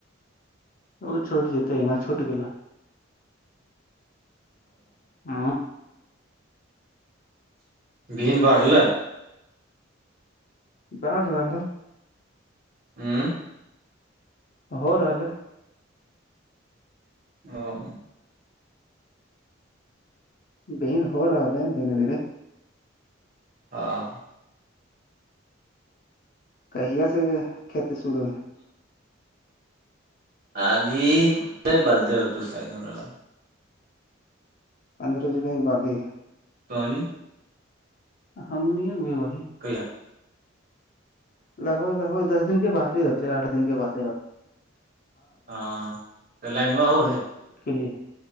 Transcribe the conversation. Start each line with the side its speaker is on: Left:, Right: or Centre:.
Left: وہ چھٹ جتا ا ن چھٹ گ ہ
Right: بین بارل
Left: بڈ رہلہ
Right: ہوں
Left: ہو رہا ہے
Right: اور
Left: بین ہو رہا ہے دھیرے دھیرے
Right: ہاںاں
Left: کییا سے کھیتی شروع ہے
Right: ابھی تو برھ ڈے ہوتا ساحید ما
Left: پندرہ جولائی بادی
Right: توانی
Left: ہم نہیں اب وہی
Right: کلاا
Left: لگ بھگ لگ بھ دس دن کے بعد ہی ہوتے آٹھ دن کے بعد ہی ہوتے
Right: ہاں کر لائینوا ہوول
Left: کلی